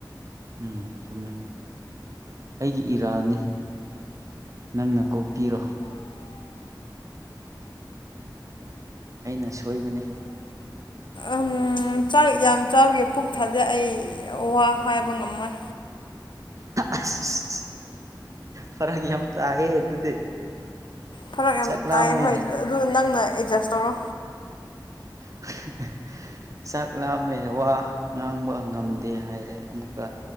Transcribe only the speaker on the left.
ꯑꯃ ꯥꯛ ꯌꯥꯝ ꯆꯥꯎꯈꯤ ꯄꯨꯛ ꯊꯥꯖꯩ ꯑꯩ ꯋꯥ ꯍꯥꯏꯕ ꯉꯝꯃꯣꯏ
ꯐꯔꯛ ꯌꯥꯝ
ꯇꯥꯏꯌꯦ ꯍꯣꯏ ꯑꯗꯨ ꯅꯪꯅ ꯑꯦꯗꯖꯁ ꯇꯧꯔꯣ